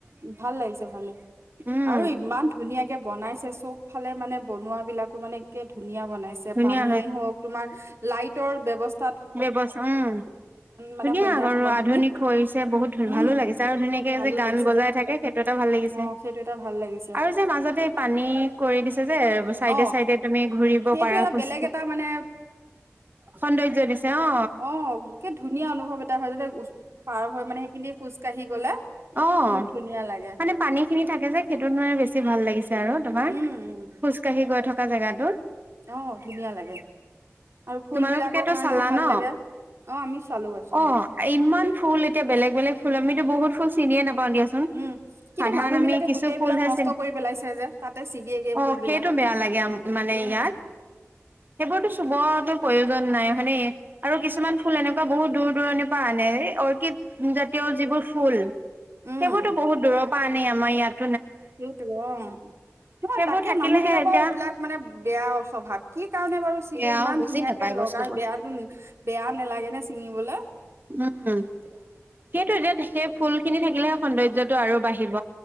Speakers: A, on the right (about 60°); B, on the right (about 40°).
A: ভাল লাগিছে- ভাল লাগিছে
B: উম
A: আৰু ইমান ধুনীয়াকে বনাইছে চব ফালে মানে বনোৱা বিলাকো মানে একে ধু ধুনীয়া বনাইছে
B: ধুনীয়া
A: পানীয়ে হওক তোমাৰ লাইট <unintelligible>
B: ব্যৱছ উম,
A: মানে
B: ধুনীয়া
A: সন্ধ্যা
B: আৰু
A: সময়খিনি
B: আধুনিক হৈছে বহুত
A: উম
B: ভালো লাগিছে আৰু ধুনীয়াকে
A: ভালো
B: যে গান
A: লাগিছে
B: বজাই তাকে সেইটো এটা ভাল লাগিছে
A: অ সেইটো এটা ভাল লাগিছে
B: আৰু যে মাজতে পানী কৰি দিছে যে চাইডে-
A: অ
B: চাইডে তুমি ঘুৰিব
A: সেইটো
B: পাৰা
A: এটা
B: খুজ,
A: বেলেগ এটা মানে
B: সৌন্দৰ্য দিছে অ
A: অঁ একে ধুনীয়া অনুভৱ এটা হয় যেতিয়া উচ্ পাৰ হৈ মানে সেইখিনি খোজ কাঢ়ি গ'লে।
B: অঁ।
A: বহুত ধুনীয়া লাগে
B: মানে পানী খিনি থাকে যে, সেইটোত মানে বেছি ভাল লাগিছে আৰু তোমাৰ,
A: উম উম
B: খোজকাঢ়ি গৈ থকা কা জেগাতো।
A: অ ধুনীয়া লাগে আৰু ফুল
B: তোমালোকোতো
A: বিলাকৰ কাৰণেও
B: চালা
A: ভাল
B: ন,
A: লাগে অ আমি চালো চালো
B: অ' ইমান ফুল এতিয়া বেলেগ- বেলেগ ফুল আমিতো বহুত ফুল চিনিয়ে নাপ অঁ দিয়াচোন,
A: উম কিন্তু
B: সাধাৰণ
A: মানুহ
B: অমি
A: বিলাকে
B: কিছু
A: গোটেই
B: ফুল
A: বিলাক
B: হে
A: নষ্ট
B: চি
A: কৰি পেলাইছে যে তাতে ছিগেগে
B: অঁ
A: ফুল বিলাক
B: সেইটো বেয়া লাগে মোক মানে
A: উম
B: ইয়াত, সেবোৰটো চোবটো প্ৰয়ো য'ত নাই আৰু কিছুমান ফুল এনেকুৱা বহুত দূৰ দূৰণিৰ পৰা আনে এই অৰ্কিড জাতীয় যিবোৰ ফুল
A: উম
B: সেইবোৰতো বহুত দূৰৰ পৰা আনে আ মই ইয়াত
A: সেইটো অঁ, ন
B: সেইবোৰ
A: তাকে
B: থাকিলেহে
A: মানুহ বিলাকৰ
B: এতিয়া
A: এইবিলাক মানে বেয়া স্বভাৱ কি কাৰণে বাৰু চিগে
B: বেয়াও
A: ইমান
B: বুজি
A: ধুনীয়াকে
B: নাপায়
A: লগাই
B: বস্তুবোৰ
A: বেয়াাতো বেয়া নালাগে নে ছিঙিবলে।
B: উম, সেইটো এতিয়া সেই ফুল খিনি থাকিলেহে সৌন্দৰ্যটো আৰু বাঢ়িব।